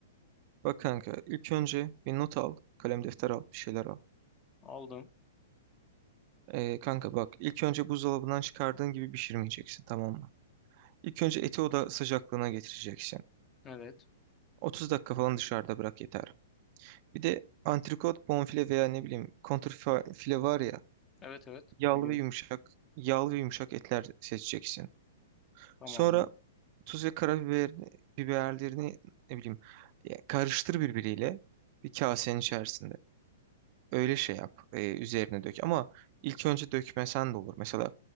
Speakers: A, on the right; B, on the left.
A: Bak kanka ilk önce bir not al. Kalem defter al. Bir şeyler al.
B: Aldım.
A: Ee, kanka bak ilk önce buzdolabından çıkardığın gibi pişirmeyeceksin tamam mı? İlk önce eti oda sıcaklığına getireceksin.
B: Evet.
A: 30 dakika falan dışarıda bırak yeter. Bir de antrikot, bonfile veya ne bileyim kontrfile var ya
B: Evet evet.
A: yağlı
B: Biliyorum.
A: ve yumuşak yağlı ve yumuşak etler seçeceksin.
B: Tamamdır.
A: Sonra tuz ve karabiber biberlerini ne bileyim ya karıştır birbiriyle bir kasenin içerisinde. Öyle şey yap. e, üzerine dök. Ama ilk önce dökmesen de olur. Mesela